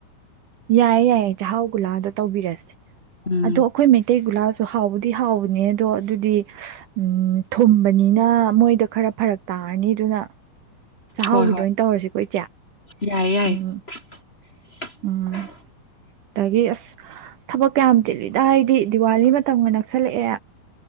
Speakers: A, on the right (about 70°); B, on the left (about 20°).
A: ꯌꯥꯏꯌꯦ ꯌꯥꯏꯌꯦ ꯆꯥꯛꯍꯥꯎ ꯒꯨꯂꯥꯗꯣ ꯇꯧꯕꯤꯔꯁꯦ
B: ꯎꯝ
A: ꯑꯗꯣ ꯑꯩꯈꯣꯏ ꯃꯩꯇꯩ ꯒꯨꯂꯥꯁ ꯍꯥꯎꯕꯨꯗꯤ ꯍꯥꯎꯕꯅꯦ ꯑꯗꯣ ꯑꯗꯨꯗꯤ ꯎꯝ ꯊꯨꯝꯕꯅꯤꯅ ꯃꯣꯏꯗ ꯈꯔ ꯐꯔꯛ ꯇꯥꯔꯅꯤ ꯑꯗꯨꯅ ꯆꯥꯛꯍꯥꯎꯒꯤꯗꯣ
B: ꯍꯣꯏ ꯍꯣꯏ
A: ꯑꯣꯏꯅ ꯇꯧꯔꯁꯤꯀꯣ ꯏꯆꯦ
B: ꯌꯥꯏꯌꯦ ꯌꯥꯏꯌꯦ
A: ꯎꯝ
B: <unintelligible>
A: ꯎꯝ ꯑꯗꯒꯤ ꯑꯁ ꯊꯕꯛ ꯀꯌꯥꯝ ꯆꯤꯂꯤꯗ ꯍꯥꯏꯗꯤ ꯗꯤꯋꯥꯂꯤ ꯃꯇꯝꯒ ꯅꯛꯁꯜꯂꯛꯑꯦ